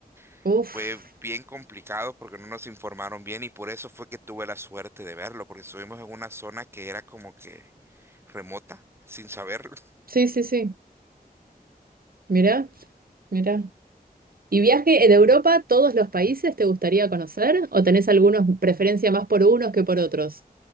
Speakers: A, on the right; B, on the right.
A: <laughs>
B: Uf,
A: Fue bien complicado porque no nos informaron bien y por eso fue que tuve la suerte de verlo, porque estuvimos en una zona que era como que remota, sin saberlo.
B: sí, sí, sí. Mira, mira. ¿Y viaje de Europa, todos los países te gustaría conocer? ¿O tenés algunos preferencia más por unos que por otros?